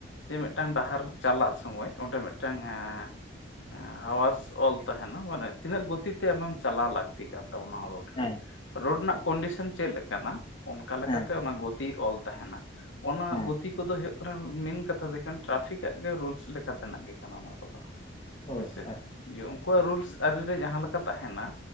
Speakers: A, on the left; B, on the left.
A: ᱡᱮ ᱢᱤᱫᱴᱟᱝ ᱰᱟᱦᱟᱨ ᱪᱟᱞᱟᱜ ᱥᱚᱢᱚᱭ ᱚᱸᱰᱮ ᱢᱤᱫᱴᱟᱝ ᱮᱸ ᱦᱮᱸ ᱦᱟᱣᱟᱨᱥ ᱚᱞ ᱛᱟᱦᱮᱸᱱᱟ ᱢᱟᱱᱮ ᱛᱤᱱᱟᱹᱜ ᱜᱚᱛᱤ ᱛᱮ ᱟᱢᱮᱢ ᱪᱟᱞᱟᱣ ᱞᱟᱹᱠᱛᱤ ᱠᱟᱱ ᱛᱟᱵᱚᱱᱟ ᱨᱳᱰ
B: ᱦᱮᱸ
A: ᱨᱮ᱾ ᱨᱳᱰ ᱨᱮᱱᱟᱜ ᱠᱚᱱᱰᱤᱥᱚᱱ ᱪᱮᱫ ᱞᱮᱠᱟᱱᱟ ᱚᱱᱠᱟ ᱞᱮᱠᱟᱛᱮ
B: ᱦᱮᱸ
A: ᱚᱱᱟ ᱜᱚᱛᱤ ᱚᱞ ᱛᱟᱦᱮᱸᱱᱟ᱾ ᱚᱱᱟ
B: ᱦᱮᱸ
A: ᱜᱚᱛᱤ ᱠᱚᱫᱚ ᱦᱩᱭᱩᱜ ᱠᱟᱱᱟ ᱢᱮᱱ ᱠᱟᱛᱷᱟ ᱫᱚ ᱦᱩᱭᱩᱜ ᱠᱟᱱᱟ ᱴᱨᱟᱯᱷᱤᱠᱟᱜ ᱜᱮ ᱨᱩᱞᱥ ᱞᱮᱠᱟ ᱛᱮᱱᱟᱜ ᱜᱮ ᱠᱟᱱᱟ ᱚᱱᱟ ᱠᱚᱫᱚ᱾
B: ᱦᱳᱭ
A: ᱦᱳᱭᱥᱮ
B: ᱦᱮᱸ
A: ᱡᱮ ᱩᱱᱠᱩᱣᱟᱜ ᱨᱩᱞᱥ ᱟᱹᱨᱤ ᱨᱮ ᱡᱟᱦᱟᱸ ᱞᱮᱠᱟ ᱛᱟᱦᱮᱸᱱᱟ